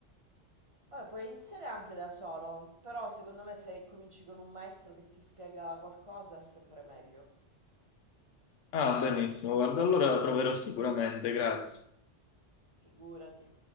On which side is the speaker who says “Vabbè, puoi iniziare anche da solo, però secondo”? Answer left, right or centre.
Right